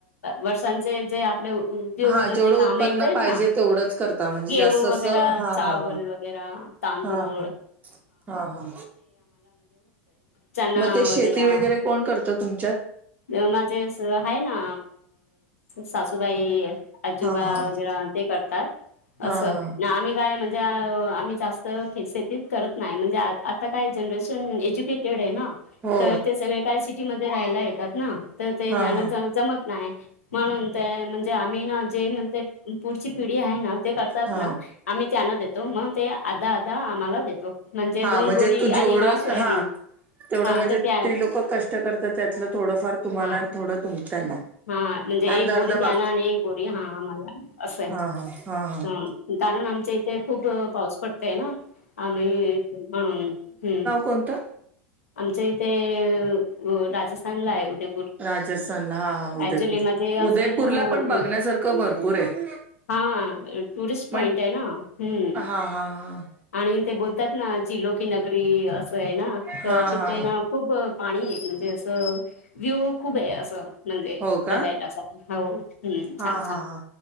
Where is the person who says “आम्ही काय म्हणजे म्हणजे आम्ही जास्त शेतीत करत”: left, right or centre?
Left